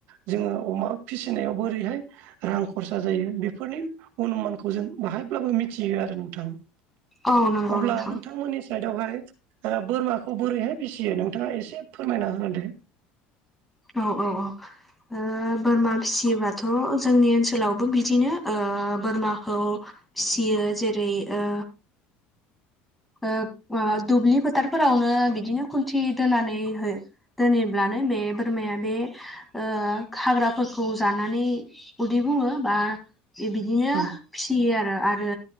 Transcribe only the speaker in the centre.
औ नंगौ
नोंथां
औ औ औ। ओ बोरमा फिसियोबाथ' जोंनि ओनसोलावबो बिदिनो ओ बोरमाखौ फिसियो जेरै ओ ओ ओ दुब्लि फोथारफोरावनो बिदिनो खुन्थि दोननानै हो दोनैब्लानो बे बोरमाया बे ओ खाग्राफोरखौ जानानै उदै बुङो बा ए बिदिनो
फिसियो आरो। आरो